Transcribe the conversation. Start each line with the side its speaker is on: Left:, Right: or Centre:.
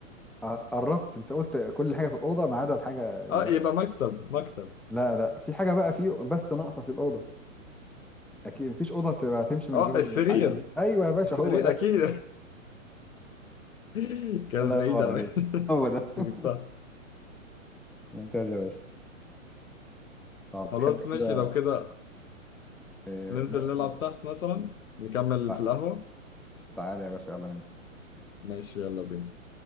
Centre: آه، قربت انت قلت كل حاجه في الاوضه ما عدا الحاجه الباقيه
Left: اه يبقى مكتب مكتب
Centre: لا لا في حاجه بقى في بس ناقصه في الاوضه اكيد مفيش اوضه تبقى تمشي من
Left: اه
Centre: غير
Left: السرير
Centre: الحاجه دي ايوه يا باشا
Left: السرير
Centre: هو ده
Left: اكيد <laughs> كانت
Centre: الله
Left: بعيدة
Centre: ينور عليك
Left: أوي <laughs>
Centre: هو ده
Left: بس
Centre: <laughs>
Left: جبتها
Centre: ممتاز يا باشا طب
Left: خلاص
Centre: تحب
Left: ماشي
Centre: كده
Left: لو كده
Centre: آه،
Left: ننزل
Centre: ماشي
Left: نلعب
Centre: اتفضل
Left: تحت مثلا نكمل
Centre: تع-
Left: في القهوة
Centre: تعالى يا باشا يلا ننزل
Left: ماشي يلا بينا